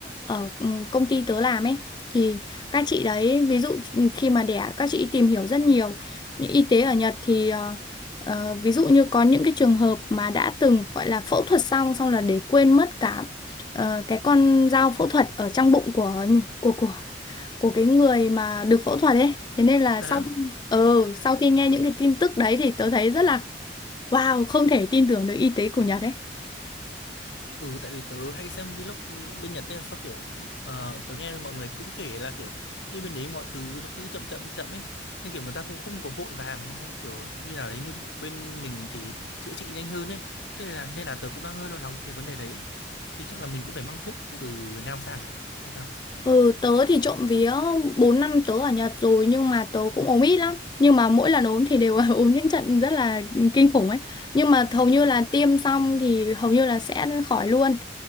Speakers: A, on the left; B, on the left.
A: ở ừ, công ty tớ làm ấy. Thì các chị đấy, ví dụ khi mà đẻ, các chị tìm hiểu rất nhiều. Y tế ở Nhật thì ờ, Ờ, ví dụ như có những cái trường hợp mà đã từng gọi là phẫu thuật xong xong là để quên mất cả ờ, cái con dao phẫu thuật ở trong bụng của của của của cái người mà được phẫu thuật ấy. Thế nên là
B: Thật
A: sau
B: đó.
A: ừ, sau khi nghe những cái tin tức đấy thì tớ thấy rất là wow, không thể tin tưởng được y tế của Nhật ấy.
B: Ừ tại vì tớ hay xem vlog bên Nhật ấy, sao kiểu ờ, tớ nghe mọi người cũng kể là kiểu như bên đấy mọi thứ nó cứ chậm chậm chậm ấy nên kiểu người ta cũng không có vội vàng hay kiểu như nào đấy như bên mình thì chữa trị nhanh hơn ấy nên là nên là tớ cũng đang hơi lo lắng cái vấn đề đấy thì chắc là mình cũng phải mang thuốc từ Việt Nam sang à hay sao?
A: Ừ, tớ thì trộm vía 4 năm tớ ở Nhật rồi nhưng mà tớ cũng ốm ít lắm. Nhưng mà mỗi lần ốm thì đều <laughs> ốm những trận rất là kinh khủng ấy. Nhưng mà hầu như là tiêm xong thì hầu như là sẽ khỏi luôn.